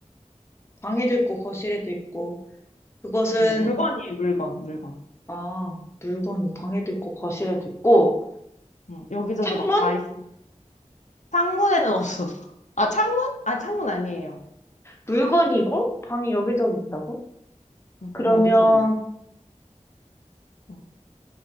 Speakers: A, on the left (about 20°); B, on the left (about 75°).
A: 방에도 있고 거실에도 있고 그것은
B: 네, 물건이에요, 물건, 물건.
A: 아 물건이 방에도 있고 거실에도 있고
B: 응, 여기저기
A: 창문
B: 막 다 있어. 창문에는 없어. 아, 창문? 아, 창문 아니에요.
A: 물건이고 방이 여기저기 있다고?
B: 응, 응,
A: 그러면
B: 응, 여기저기 있어. 응.